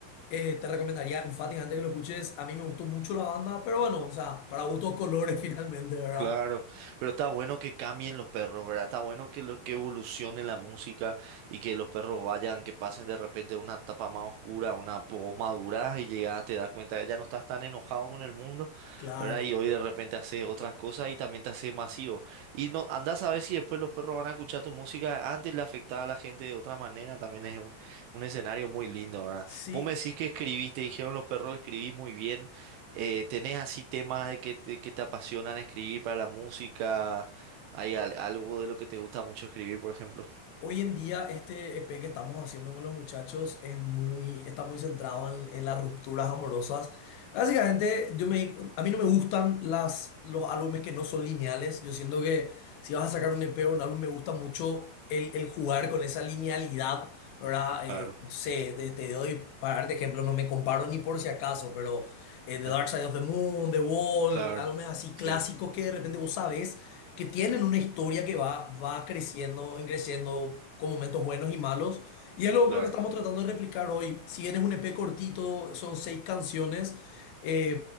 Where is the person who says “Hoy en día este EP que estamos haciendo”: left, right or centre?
Left